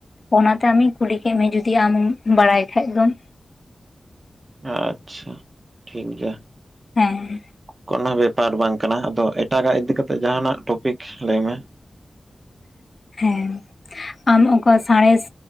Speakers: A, on the left; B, on the right.
A: ᱚᱱᱟᱛᱮ ᱟᱢᱤᱧ ᱠᱩᱞᱤ ᱠᱮᱫ ᱢᱮ ᱡᱩᱫᱤ ᱟᱢ ᱵᱟᱲᱟᱭ ᱠᱷᱟᱡ ᱫᱚᱢ᱾
B: ᱟᱪᱪᱷᱟ ᱴᱷᱤᱠ ᱜᱮᱭᱟ᱾
A: ᱦᱮᱸ
B: ᱠᱳᱱᱚ ᱵᱮᱯᱟᱨ ᱵᱟᱝ ᱠᱟᱱᱟ, ᱟᱫᱚ ᱮᱴᱟᱜᱟᱜ ᱤᱫᱤ ᱠᱟᱛᱮᱜ ᱡᱟᱦᱟᱱᱟᱜ ᱴᱚᱯᱤᱠ ᱞᱟᱹᱭ ᱢᱮ᱾
A: ᱦᱮᱸ ᱟᱢ ᱩᱝᱠᱟ ᱥᱟᱸᱬᱮᱥ